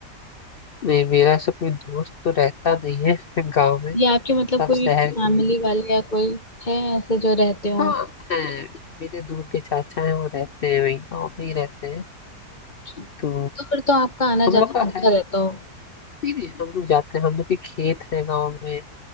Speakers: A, on the left; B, on the left.
A: नहीं मेरा ऐसा कोई दोस्त तो रहता नहीं है <laughs> गाँव में
B: या आपके मतलब
A: सब
B: कोई
A: शहर के
B: फैमिली
A: ही हैं।
B: वाले या कोई है ऐसे जो रहते हो
A: हाँ है मेरे दूर के चाचा हैं वो रहते हैं वही गाँव में ही रहते हैं
B: अच्छा।
A: तो
B: तो फिर तो आपका आना
A: हम लोग
B: जाना
A: का
B: होता
A: है
B: रहता
A: नहीं
B: हो
A: नहीं हम लोग जाते हैं हम लोग के खेत है गाँव में